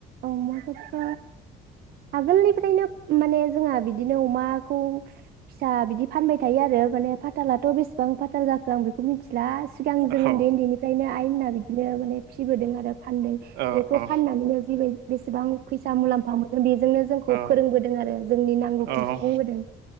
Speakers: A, on the right; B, on the right.
A: अमाखौथ' आगोलनिफ्रायनो माने जोंहा बिदिनो अमाखौ फिसा बिदि फानबाय थायो आरो माने फाथालाथ' बेसेबां फाथाल जाखो आं बेखौ मिथि ला सिगां
B: औ
A: जों उन्दै उन्दैनिफ्रायनो आइमोनहा बिदि बिदिनो माने फिबोदों आरो फानदों
B: औ
A: बेखौ
B: औ
A: फाननानैनो बेसेबां फैसा मुलाम्फा मोनो बेजोंनो जोंखौ
B: औ
A: फोरोंबोदों आरो जोंनि नांगौखौ
B: औ
A: सुफुंबोदों